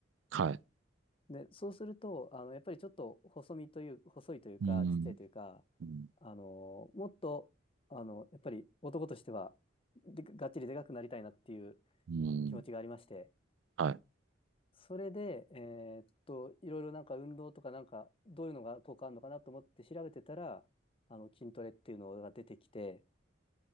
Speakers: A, on the right (about 75°); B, on the left (about 30°).
A: はい。
B: で、そうすると、あの、やっぱりちょっと細身という、細いというか、
A: うん。
B: ちっちゃいというか、
A: うん。
B: あの、もっと、あの、やっぱり男としては、で、がっちりでかくなりたいなっていう
A: うん
B: 気持ちがありまして、
A: はい。
B: それで、えーっと、いろいろなんか運動とかなんか、どういうのが効果あるのかなと思って調べてたら、あの、筋トレっていうのが出てきて、